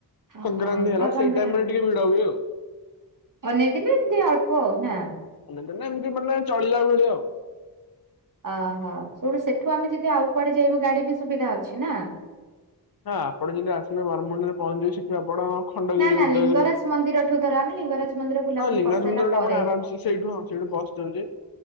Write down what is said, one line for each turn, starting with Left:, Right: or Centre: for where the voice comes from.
Right: ଓହୋ
Left: ସଂକ୍ରାନ୍ତି ହେଲା
Right: ବାବାଙ୍କର
Left: ସେଇ ଟାଇମ ରେ ଟିକେ ଭିଡ ହୁଏ ଆଉ।
Right: ଅନ୍ୟ ଦିନେ ଏମିତି ଅଳ୍ପ ଆଉନା।
Left: ନା ଏମିତି ମାନେ ଚଳିଲା ଭଳି ଆଉ।
Right: ଓହୋ ସେଇଠୁ ସେଠୁ ଆମେ ଯଦି ଆଉ କୁଆଡେ ଯାଇବୁ ଗାଡି ବି ସୁବିଧା ଅଛି ନା।
Left: ହଁ ଆପଣ ଯେମିତି ଆସିବେ ବରମୁଣ୍ଡାରେ ପହଞ୍ଚିବେ ସେଠି ଆପଣ। ଖଣ୍ଡଗିରି
Right: ନା ନା
Left: ଉଦୟଗିରି
Right: ଲିଙ୍ଗରାଜ ମନ୍ଦିରଠୁ ଧର ଆମେ ଲିଙ୍ଗରାଜ
Left: ହଁ
Right: ମନ୍ଦିର ବୁଲାବୁଲି
Left: ଲିଙ୍ଗରାଜ
Right: କରିସାରିଲା
Left: ମନ୍ଦିର
Right: ପରେ
Left: ଟା ଆପଣ ଆରାମସେ ସେଇଠୁ ହଁ ସେଇଠୁ। ବସ୍ ଯାଉଛି।